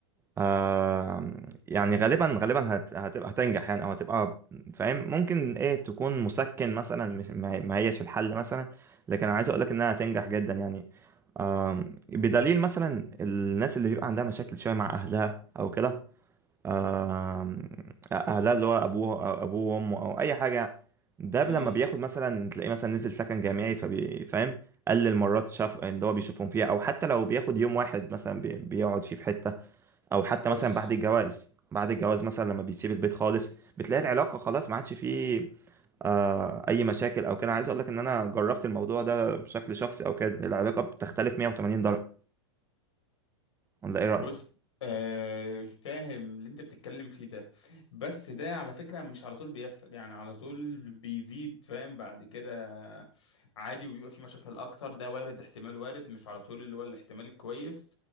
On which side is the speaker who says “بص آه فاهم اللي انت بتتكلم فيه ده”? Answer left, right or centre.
Left